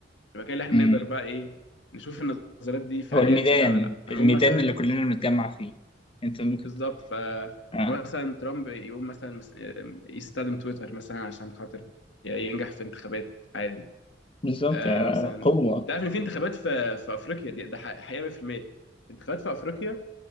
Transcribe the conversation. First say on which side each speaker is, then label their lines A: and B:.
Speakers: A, on the left (about 85°); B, on the left (about 30°).
A: المكان اللي احنا
B: أمم.
A: نقدر بقى ايه نشوف النظريات دي فعليا
B: هو الميدان
A: شغاله ولا لا فنقول
B: الميدان
A: مثلا
B: اللي كلنا بنتجمع فيه أنت ممكن
A: بالظبط ف...
B: اه
A: فمثلا ترامب يقوم مثلا مس- يستخدم تويتر مثلا عشان خاطر ينجح في انتخابات عادي
B: بالظبط
A: آه
B: يعني
A: مثلا
B: قوة
A: تعرف ان في انتخابات في في افريقيا دي ده ح- حقيقه 100% انتخابات في افريقيا